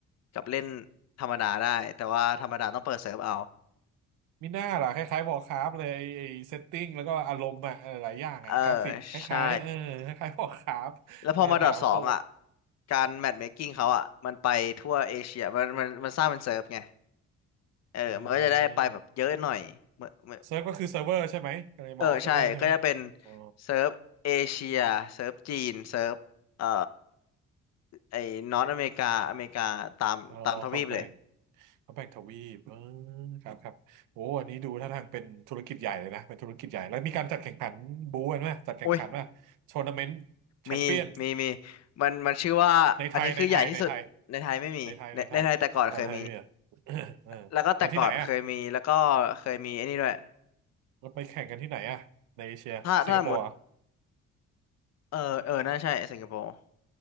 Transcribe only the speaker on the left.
กับเล่นธรรมดาได้แต่ว่าธรรมดาต้องเปิดเซิร์ฟเอา
เออใช่
แล้วพอมาดอทสองอ่ะ
การแมทเมคกิ้งเขาอ่ะมันไปทั่วเอเชียมันมันมันสร้างเป็นเซิร์ฟไงเออมันก็จะได้ไปแบบเยอะหน่อยเหมือน
เออใช่ก็จะเป็น
เซิร์ฟเอเชียเซิร์ฟจีนเซิร์ฟเอ่อไอ้นอร์ทอเมริกาอเมริกาตามตามทวีปเลย
โอ้ย
มีมีมีมันมันชื่อว่าอันนี้คือใหญ่ที่สุดในไทยไม่มีในในไทยแต่ก่อนเคยมี
แล้วก็แต่ก่อนเคยมีแล้วก็เคยมีไอ้นี่ด้วย
ถ้าถ้าสมมติเออเออน่าใช่สิงคโปร์